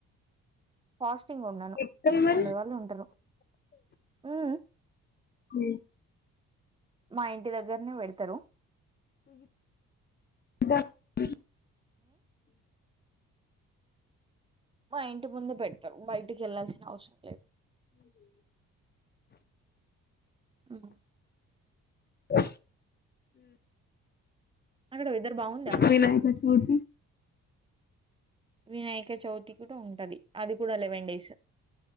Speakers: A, on the right (about 20°); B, on the left (about 35°).
A: ఫాస్ట్ చింగ్ ఉండను
B: ఎట్లా మరి
A: ఉండే వాళ్ళు ఉంటరు మ్ హ్మ్
B: ఏం
A: మా ఇంటి దగ్గరనే వెడుతరు
B: <unintelligible>
A: మా ఇంటి ముందు పెడ్తరు బయటికి వెళ్లాల్సిన అవసరం లేదు మ్ హ్
B: అ
A: అక్కడ వెదర్ బాగుందా
B: వినాయకా చవితి
A: వినాయక చవితి కూడా ఉంటది అది కూడా లెవెన్ డేస్